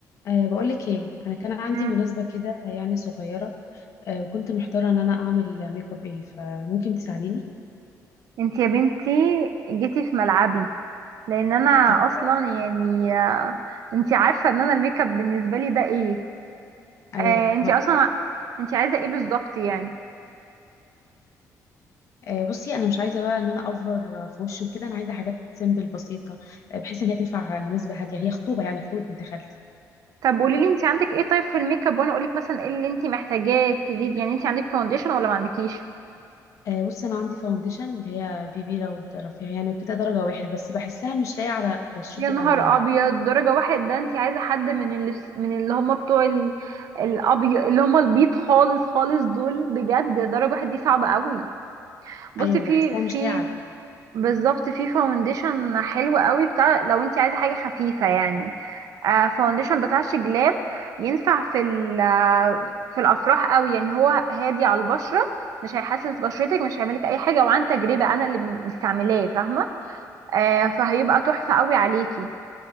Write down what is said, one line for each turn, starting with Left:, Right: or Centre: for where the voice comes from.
Left: أه بقولك ايه انا كان عندي
Right: مم.
Left: مناسبة كده يعني صغيرة أه وكنت محتارة ان انا اعمل ميك اب ايه فممكن تساعديني
Right: انت يا بنتي جيتي في ملعبي لان انا
Left: طب كويس
Right: اصلا يعني آه، انت عارفه ان انا الميك اب بالنسبه لي ده ايه
Left: ايوه
Right: آه انت
Left: ما
Right: اصلا انت عايزه ايه بالظبط يعني
Left: أه بصي انا مش عايزة بقى ان انا اوفر في وشي وكده انا عايزة حاجات سيمبل بسيطة أه بحيث ان هي تنفع مناسبة هادية هي خطوبة يعني خطوبة بنت خالتي
Right: طب قولي لي انت عندك ايه طيب في الميك اب وانا اقول لك مثلا ايه اللي انت محتاجاه تزيد يعني انت عندك فاونديشن ولا ما عندكيش
Left: أه بصي انا عندي فاونديشن اللي هي بي بي لو تعرفيها يعني وكده درجة واحد بس بحسها مش لايقة على بشرتي
Right: يا نهار
Left: قوي يعني
Right: ابيض درجه واحد ده انت عايزه حد من اللي من اللي هم بتوع ال- الابيض اللي هم البيض خالص خالص دول بجد درجه واحد دي صعبه قوي بصي
Left: ايوه
Right: في
Left: بحسها
Right: في
Left: مش لايقة على
Right: بالظبط في فاونديشن حلو قوي بتاع لو انت عايزه حاجه خفيفه يعني آه فاونديشن بتاع شجلاب ينفع في ال- آه، في الافراح قوي يعني هو هادي على البشره مش هيحسس بشرتك مش هيعملك اي حاجه وعن تجربه انا اللي مستعملاه فاهمه آه فهيبقى تحفه قوي عليكي